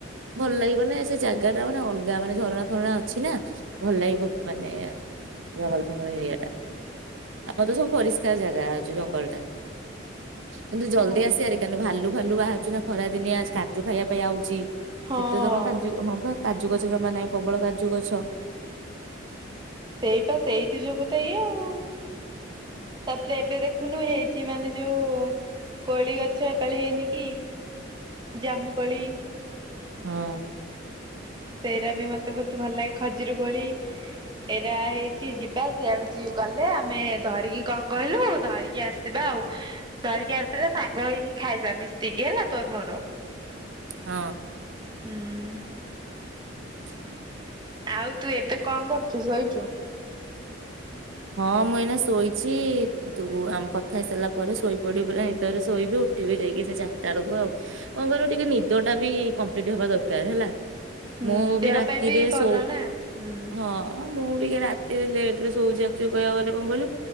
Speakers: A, on the right; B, on the right.
A: ଭଲ ଲାଗିବନି ସେ ଜାଗା ଟା ମାନେ ଅଲଗା ମାନେ ଝରଣା ଫରଣା ଅଛି ନା। ଭଲ ଲାଗିବ ମାନେ ଜଙ୍ଗଲ ଫଙ୍ଗଲ ଏରିଆ ଟା ଆମର ତ ସବୁ ପରିଷ୍କାର ଜାଗା ଅଛି ଜଙ୍ଗଲ ଟା। କିନ୍ତୁ ଜଲଦି୍
B: ହଁ
A: ଆସିିବା ଭାରି କାରଣ ଭାଲୁ ଭାଲୁ ବାହାର ସିନା ଖରା ଦିନିଆ କାଜୁ ଖାଇବା ପାଇଁ ଆଉଛି
B: ହଁ।
A: ସେତେ ଜମା କାର୍ଯ୍ୟ ହଁ ବା। କାଜୁ ଗଛ ଜମା ନାହିଁ ପ୍ରବଳ କାଜୁ ଗଛ।
B: ସେଇପା ସେଇଥିୁ ଯୋଗୁ ତ ଇଏ ଆଉ ତାପରେ ଏବେ ଦେଖୁନୁ ହେଇଛି ମାନେ ଯୋଉ କୋଳି ଗଛ ଏପାଳି ହେଇନି କି ଜାମୁ କୋଳି।
A: ହଁ।
B: ସେଇଟା ବି ମତେ ବହୁତ ଭଲ ଲାଗେ ଖଜୁରୀ କୋଳି ଏଇଟା ହେଇଛି ଯିବା ସେଇଆଡୁ ଗଲେ ଆମେ ଧରିକି କଣ କହିଲୁ ଧରିକି ଆସିବା ଆଉ ଧରିକି ଆସିଲେ ସାଙ୍ଗ ହେଇକି ଖାଇବା ମିଶିକି ହେଲା ତୋର ମୋର।
A: ହଁ।
B: ହୁଁ।
A: <inaudible>
B: ଆଉ ତୁ ଏବେ କଣ କରୁଛୁ ଶୋଇଛୁ? ଚୁ?
A: ହଁ ମୁଁ ଏଇନା ଶୋଇଛି ତୁ ଆମ କଥା ହେଇସାରିଲା ପରେ ଶୋଇପଡିବୁ ପ ନିଦରେ ଶୋଇବି ଉଠିବି ଯାଇକି ସେ ଚାରିଟା ବେଳକୁ ଆଉ କଣ କହିଲୁ ଟିକେ ନିଦ ଟା ବି କମ୍ପ୍ଲିଟ ହବା ଦରକାର ହେଲା।
B: ହୁଁ
A: ମୁଁ
B: ଦେହ
A: ରାତିରେ
B: ପାଇଁ ବି ଭଲ
A: ଶୋଉ
B: ନା ହୁଁ।
A: ହଁ ମୁଁ ଟିକେ ରାତିରେ ଲେଟ୍ ରେ ଶୋଉଛିି ବା ଯୋଉ କହିବାକୁ ଗଲେ କଣ କହିଲୁ